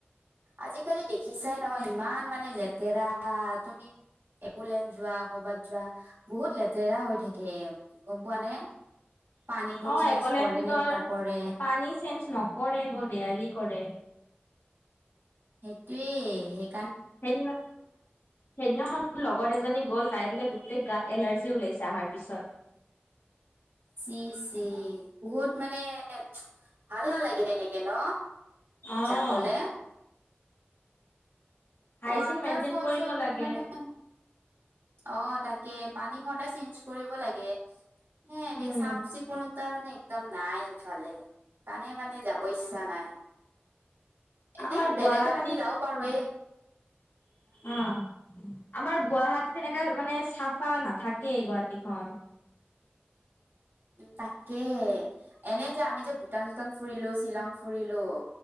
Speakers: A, on the right (about 65°); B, on the left (about 60°).
A: আজিকালি দেখিছাই নহয় ইমান মানে লেতেৰা, তুমি একোলেন যোৱা কৰবাত যোৱা বহুত লেতেৰা হৈ থাকে, গম পোৱা নে? পানীবোৰ
B: অ',
A: চেঞ্জ
B: একলেন্ডৰ
A: কৰে নে নকৰে
B: পানী চেন নকৰে বলিয়ালি কৰে।
A: সেইটোৱেই সেই
B: সেইদিনা, সেইদিনাখন মোৰ লগৰ এজনী গ'ল তাইৰ বোলে গোটেই গাত এলাৰ্জি ওলাইছে অহাৰ পিছত
A: চি চি, বহুত মানে ভাল নালাগে তেনেকে, ন
B: অ'।
A: যাবলে
B: হাইজিন
A: ৱাটাৰফল
B: মেইনটেইন কৰিব
A: চল
B: লাগে
A: মানে অ', তাকে পানী খতে চেঞ্জ কৰিব লাগে, এনেই
B: উম
A: চাফ চিকুণ তাৰমানে একদম নাই সিফালে, কাৰণে মানে যাব ইচ্ছা নাই। এনে
B: আমাৰ গুৱাহাটীত
A: বেলেগত আমি যাব পাৰোঁ, এ
B: অ'। আমাৰ গুৱাহাটীত এনেকা মানে চাফা নাথাকেই গুৱাহাটীখন
A: তাকে, এনেই যে আমি যে ভূটান চুটান ফুৰিলোঁ, শ্বিলং ফুৰিলোঁ।